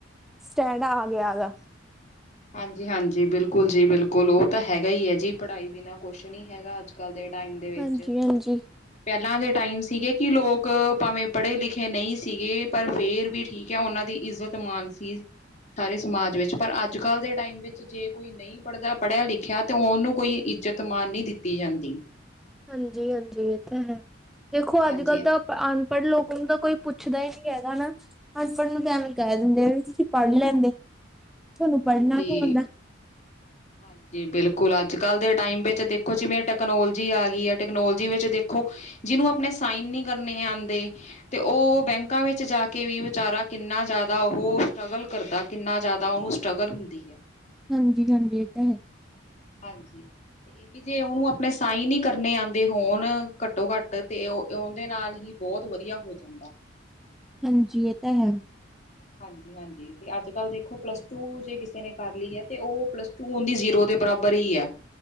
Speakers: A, in the centre; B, on the left.
A: ਸਟੈਂਡ ਆ ਗਿਆ ਦਾ।
B: ਹਾਂਜੀ, ਹਾਂਜੀ, ਬਿਲਕੁਲ ਜੀ, ਬਿਲਕੁਲ ਉਹ ਤਾਂ ਹੈਗਾ ਹੀ ਹੈ ਜੀ। ਪੜ੍ਹਾਈ ਬਿਨਾਂ ਕੁਛ ਨਹੀਂ ਹੈਗਾ ਅੱਜ ਕੱਲ੍ਹ ਦੇ ਟਾਈਮ ਦੇ ਵਿੱਚ।
A: ਹਾਂਜੀ ਹਾਂਜੀ
B: ਪਹਿਲਾਂ ਦੇ ਟਾਈਮ ਸੀਗੇ ਕਿ ਲੋਕ ਭਾਵੇਂ ਪੜ੍ਹੇ ਲਿਖੇ ਨਹੀਂ ਸੀਗੇ। ਪਰ ਫੇਰ ਵੀ ਠੀਕ ਹੈ ਉਹਨਾਂ ਦੀ ਇੱਜ਼ਤ ਮਾਨ ਸੀ ਸਾਰੇ ਸਮਾਜ ਵਿੱਚ ਪਰ ਅੱਜ ਕੱਲ ਦੇ ਟਾਈਮ ਵਿੱਚ ਜੇ ਕੋਈ ਨਹੀਂ। ਨਹੀਂ ਪੜ੍ਹਦਾ ਪੜ੍ਹਿਆ ਲਿਖਿਆ ਤੇ ਉਹਨੂੰ ਕੋਈ ਇੱਜਤ ਮਾਨ ਨਹੀਂ ਦਿੱਤੀ ਜਾਂਦੀ।
A: ਹਾਂਜੀ, ਹਾਂਜੀ, ਇਹ ਤਾਂ ਹੈ, ਦੇਖੋ
B: ਹਾਂਜੀ
A: ਅੱਜ ਕੱਲ੍ਹ ਤਾਂ। ਅਨਪੜ੍ਹ ਲੋਕਾਂ ਨੂੰ ਤਾਂ ਕੋਈ ਪੁੱਛਦਾ ਹੀ ਨਹੀਂ ਹੈਗਾ ਨਾ। ਹਸਬੈਂਡ ਨੂੰ ਤੇ ਐਵੇਂ ਕਹਿ ਦਿੰਦੇ ਆ ਵੀ ਤੁਸੀਂ ਪੜ੍ਹ ਲੈਂਦੇ। ਤੁਹਾਨੂੰ ਪੜ੍ਹਨਾ
B: ਹਾਂਜੀ
A: ਨੀ ਆਉਂਦਾ
B: ਹਾਂਜੀ ਬਿਲਕੁਲ ਅੱਜ ਕੱਲ ਦੇ ਟਾਈਮ ਵਿੱਚ ਦੇਖੋ ਜਿਵੇਂ ਟਕਨੋਲੋਜੀ ਆ ਗਈ ਆ ਟੈਕਨੋਲੋਜੀ ਵਿਚ ਦੇਖੋ ਜਿਹਨੂੰ ਆਪਣੇ ਸਾਈਨ ਨੀ ਕਰਨੇ ਆਂਦੇ। ਤੇ ਉਹ ਬੈਂਕਾਂ ਵਿੱਚ ਜਾ ਕੇ ਵੀ ਵਿਚਾਰਾ ਕਿੰਨਾ ਜਿਆਦਾ ਉਹ ਸਟਰਗਲ ਕਰਦਾ ਕਿੰਨਾ ਜ਼ਿਆਦਾ ਉਹ ਸਟ੍ਰਗਲ ਹੁੰਦੀ ਹੈ।
A: ਹਾਂਜੀ ਹਾਂਜੀ ਇਹ ਤਾਂ ਹੈ।
B: ਹਾਂਜੀ ਤੇ ਇਹੀ ਜੇ ਉਹਨੂੰ ਆਪਣੇ ਸਾਈਨ ਹੀ ਕਰਨੇ ਆਂਦੇ ਹੋਣ ਘੱਟੋ ਘੱਟ ਤੇ ਉਹ ਉਹਦੇ ਨਾਲ ਹੀ ਬਹੁਤ ਵਧੀਆ ਹੋ ਜਾਂਦਾ।
A: ਹਾਂਜੀ ਇਹ ਤਾਂ ਹੈ।
B: ਹਾਂਜੀ ਹਾਂਜੀ ਤੇ ਅੱਜ ਕੱਲ ਦੇਖੋ ਪਲੱਸ ਟੂ ਜੇ ਕਿਸੇ ਨੇ ਕਰ ਲਈ ਹੈ ਤੇ ਉਹ ਪਲੱਸ ਟੂ ਉਹਦੀ ਜ਼ੀਰੋ ਦੇ ਬਰਾਬਰ ਹੀ ਹੈ।